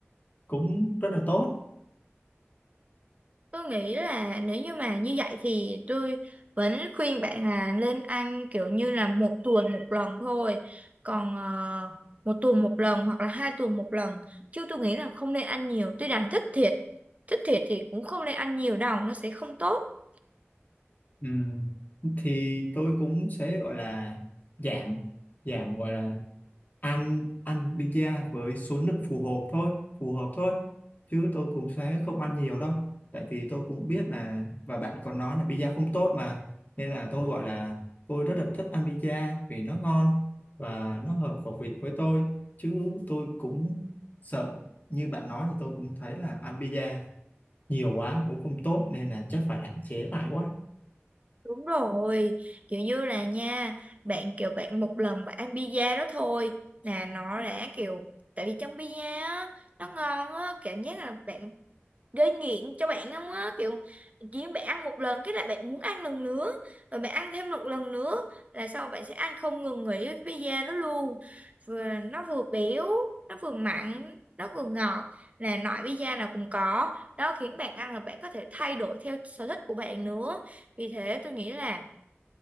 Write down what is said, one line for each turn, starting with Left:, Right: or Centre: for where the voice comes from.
Left: cũng rất là tốt
Right: Tôi nghĩ là nếu như mà như vậy thì tôi vẫn khuyên bạn là lên ăn kiểu như là một tuần một lần thôi. Còn ờ, một tuần một lần hoặc là hai tuần một lần. Chứ tôi nghĩ là không nên ăn nhiều. Tôi đang thích thịt. Thích thịt thì cũng không nên ăn nhiều đâu. Nó sẽ không tốt.
Left: ừ, thì tôi cũng sẽ gọi là giảm giảm gọi là ăn ăn pizza với số lượng phù hợp thôi phù hợp thôi chứ tôi cũng sẽ không ăn nhiều đâu tại vì tôi cũng biết là và bạn còn nói là pizza không tốt mà nên là tôi gọi là tôi rất là thích ăn pizza vì nó ngon và nó hợp khẩu vị với tôi chứ tôi cũng sợ như bạn nói thì tôi cũng thấy là ăn pizza nhiều quá cũng không tốt nên là chắc phải hạn chế lại quá
Right: Đúng rồi, kiểu như là nha, bạn kiểu bạn một lần bạn ăn pizza đó thôi là nó đã kiểu tại vì trong pizza á nó ngon á, cảm giác là bạn gây nghiện cho bạn không á kiểu chỉ bạn ăn một lần cái là bạn muốn ăn lần nữa rồi bạn ăn thêm một lần nữa là sau bạn sẽ ăn không ngừng nghỉ cái pizza đó luôn vừa nó vừa béo nó vừa mặn nó vừa ngọt là loại pizza nào cũng có đó khiến bạn ăn là bạn có thể thay đổi theo sở thích của bạn nữa vì thế tôi nghĩ là